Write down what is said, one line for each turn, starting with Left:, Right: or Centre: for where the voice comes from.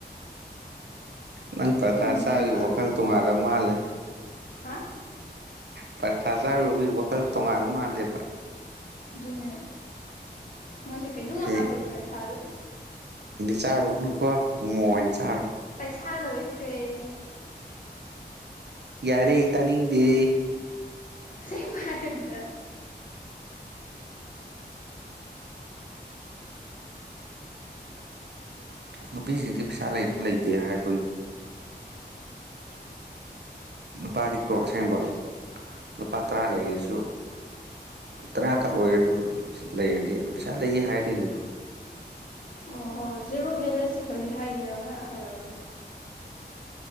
Right: ꯅꯪ ꯄꯊꯥ
Left: ꯐꯨꯅꯤꯡꯉꯦꯕ
Right: ꯆꯥꯕꯒꯤ ꯋꯥꯈꯜ ꯇꯣꯡꯉꯥꯟꯜꯂ ꯃꯥꯜꯂꯦ
Left: ꯍꯥ
Right: ꯄ꯭ꯔꯊꯥ ꯆꯥꯔꯨꯕꯤ ꯋꯥꯈꯜ ꯇꯣꯡꯉꯥꯟꯗ ꯃꯥꯜꯂꯦꯕ
Left: ꯑꯗꯨꯗꯨꯅꯦ ꯃꯣꯏꯁꯨꯦ ꯀꯩꯅꯩꯅ
Right: ꯍꯌꯦꯡ
Left: ꯋꯥ ꯍꯥꯐꯦꯄꯔ ꯊꯥꯗꯦ
Right: ꯆꯥꯔꯨꯕꯅꯨꯀꯣ ꯃꯃꯣ ꯑꯣꯏꯅ ꯆꯥꯔꯣ
Left: ꯄꯩꯁꯥ ꯂꯣꯏꯈ꯭ꯔꯦ
Right: ꯌꯥꯔꯦ ꯇꯅꯤꯗꯦ
Left: ꯑꯁꯦ ꯐꯥꯏꯔꯒ
Right: ꯅꯨꯄꯤꯁꯤꯡꯗꯤ ꯄꯩꯁꯥ ꯂꯩꯁꯨ ꯂꯩꯇꯦ ꯍꯥꯏꯕꯗꯨꯅꯤ ꯅꯨꯨꯄꯥꯗꯤꯀꯣ ꯑꯁꯦꯡꯕ ꯂꯨꯄꯥ ꯇꯔꯥ ꯂꯩꯔꯁꯨ ꯇꯔꯥꯀꯛ ꯑꯣꯏꯔꯁꯨ ꯂꯩꯔꯗꯤ ꯄꯩꯁꯥ ꯂꯩꯌꯦ ꯍꯥꯏꯗꯣꯏꯅꯦꯕ
Left: ꯑꯣ ꯍꯣ ꯖꯦꯔꯣ ꯕꯦꯂꯦꯟꯁꯁꯦ ꯀꯔꯤ ꯍꯥꯏꯒꯦꯔ ꯑꯃꯅ ꯍꯥꯏꯔꯛꯑꯣꯗꯣ